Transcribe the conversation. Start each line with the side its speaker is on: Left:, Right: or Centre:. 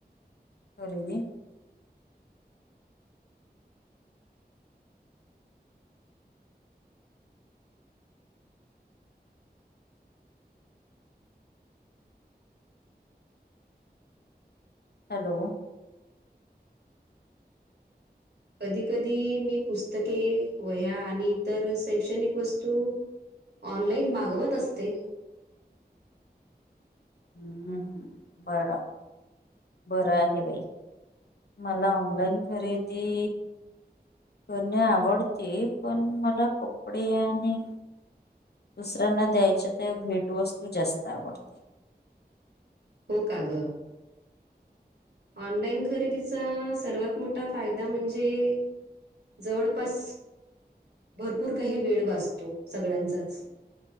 Left: कररीी हॅलो
Right: कधी कधी मी पुस्तके व ह्या आणि इतर शैक्षणिक वस्तू. ऑनलाइन मागवत असते.
Left: हम् बरं. बरं आहे बाई मला ऑनलाईन खरेदी. करणे आवडते पण मला कपडे आणि. दुसऱ्यांना द्यायच्या त्या भेटवस्तू जास्त आवडतील.
Right: हो काग. ऑनलाईन खरेदीचा सर्वात मोठा फायदा म्हणजे. जवळपास भरपूर काही वेळ वाचतो सगळ्यांचाच.